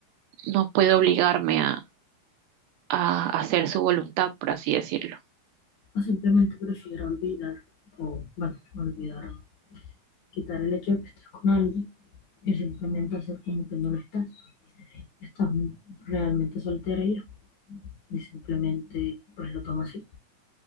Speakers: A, on the right; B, on the left.
A: no puedo obligarme a, a hacer su voluntad, por así decirlo.
B: O simplemente prefiero olvidar, o bueno, olvidar quitar el hecho de que estés con alguien y simplemente hacer como que no lo estás, que estás realmente soltera y y simplemente pues lo toma así